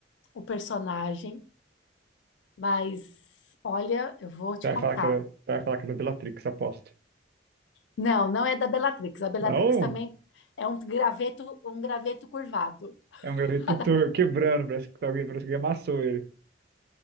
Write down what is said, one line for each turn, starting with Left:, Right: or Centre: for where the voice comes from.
Left: o personagem, mas olha, eu vou te
Right: Você
Left: contar.
Right: vai falar que era, você vai falar que era Bellatrix, aposto.
Left: Não, não é da Bellatrix. A Bellatrix
Right: Não,
Left: também é um graveto, um graveto curvado. <laughs>
Right: é um gravetutor
Left: A, da Be-
Right: quebrando, parece que alguém, parece que alguém amassou ele.